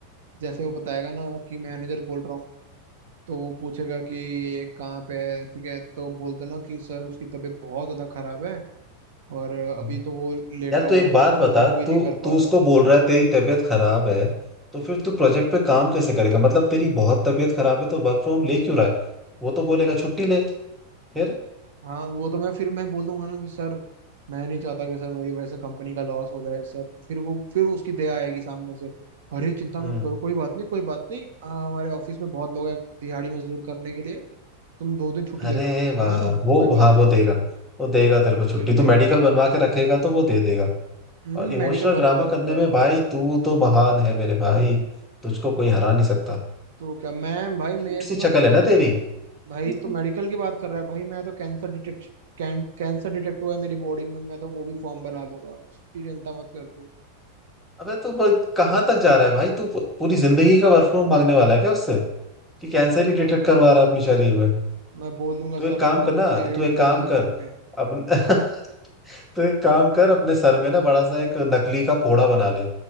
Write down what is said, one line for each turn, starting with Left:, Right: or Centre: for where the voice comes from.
Right: जैसे वो बताएगा ना कि मैनेजर बोल रहा हूँ तो वो पूछेगा कि ये कहाँ पे है ठीक है तो बोल देना कि सर उसकी तबीयत बहुत ज्यादा खराब है और
Centre: <laughs>
Right: अभी
Centre: हाँ।
Right: तो वो लेटा
Centre: यार
Right: हुआ
Centre: तू एक
Right: है वो
Centre: बात
Right: तो
Centre: बता
Right: मूव भी
Centre: तू
Right: नहीं कर पा
Centre: तू
Right: रहा
Centre: उसको बोल रहा है तेरी तबीयत खराब है तो फिर तू प्रोजेक्ट पे काम कैसे करेगा मतलब तेरी बहुत तबीयत खराब है तो वर्क फ्रॉम ले क्यों रहा है वो तो बोलेगा छुट्टी ले फिर
Right: हाँ वो तो मैं फिर मैं बोल दूंगा ना कि सर मैं नहीं चाहता कि सर मेरी वजह से कंपनी का लॉस हो जाए सर फिर वो फिर उसकी दया आएगी सामने से अरे चिंता
Centre: हम्म
Right: मत करो कोई बात नहीं कोई बात नहीं आ, हमारे ऑफिस में बहुत लोग हैं दिहाड़ी मजदूर करने के लिए तुम दो दिन छुट्टी ले
Centre: अरे
Right: लो
Centre: वाह
Right: ठीक है ना
Centre: वो
Right: कोई बात
Centre: हाँ
Right: नहीं
Centre: वो देगा वो देगा तेरे को छुट्टी
Right: फिर
Centre: तू
Right: दे
Centre: मेडिकल
Right: देगा
Centre: बनवा के रखेगा तो वो दे देगा
Right: हम्म
Centre: और इमोशनल
Right: मेडिकल
Centre: ड्रामा
Right: बनवा
Centre: करने
Right: लूंगा
Centre: में भाई तू तो महान है मेरे भाई तुझको कोई हरा नहीं सकता
Right: तो क्या मैं भाई
Centre: क्यूट
Right: मेरे
Centre: सी
Right: को तो
Centre: शक्ल है ना तेरी
Right: भाई
Centre: <laughs>
Right: तो मेडिकल की बात कर रहा है भाई मैं तो कैंसर डिटेक्ट कैं, कैंसर डिटेक्ट हुआ है मेरी बॉडी में मैं तो वो भी फॉर्म बना लूंगा उसकी चिंता मत कर तू
Centre: अबे तू ब- कहाँ तक जा रहा है भाई तू पूरी जिंदगी का वर्क फ्रॉम मांगने वाला है क्या उससे कि कैंसर ही
Right: तो
Centre: डिटेक्ट
Right: क्या
Centre: करवा रहा है अपने शरीर में
Right: मैं बोल दूंगा
Centre: तू
Right: सर
Centre: एक काम
Right: मेरे
Centre: कर
Right: को
Centre: ना
Right: एड्स
Centre: तू एक
Right: हो
Centre: काम
Right: गया है
Centre: कर
Right: करके
Centre: अपन <laughs> तो एक काम कर अपने सर में ना बड़ा सा एक नकली का फोड़ा बना ले